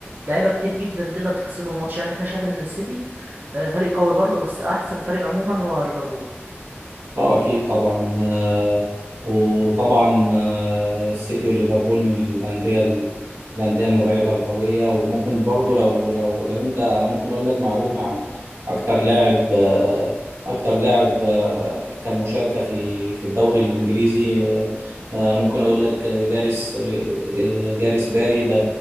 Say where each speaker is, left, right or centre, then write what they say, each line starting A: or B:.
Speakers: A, on the right (about 45°); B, on the right (about 90°).
A: لعيبه كتير جدا تقدر تكسبه الماتش يعني فانا شايف ان السيتي آه، فريق قوي برضه بس احسن فريق عموما هو ليفربول
B: اه اكيد طبعا آه، وطبعا آه، السيتي وليفربول من الانديه ال- الانديه المرعبه القويه وممكن برضو لو لو لو انت ممكن اقول لك معلومه عن اكتر لاعب آه، اكتر لاعب آه، كان مشاركه في في الدوري الانجليزي آه، آه، ممكن اقول لك جاريس آه، جاريس باري ده